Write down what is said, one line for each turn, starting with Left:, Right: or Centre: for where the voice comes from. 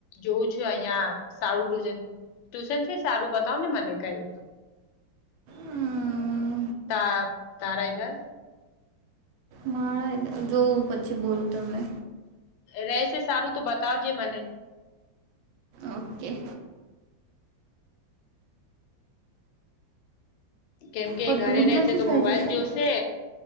Left: જોવું છું અહિયાં સારું ટ્યુશન. ટ્યુશન છે સારું બતાવ ને મને કઈ
Right: હા
Left: તા તારાય ધર
Right: મારે જોવું પછી બોલું તમને
Left: રશે સારું તો બતાવજે મને
Right: ઓકે
Left: કેમ કે
Right: પર
Left: ઘરે
Right: દૂર
Left: રશે
Right: નથી
Left: તો
Right: થઈ
Left: મોબાઈલ
Right: જશે
Left: જોશે.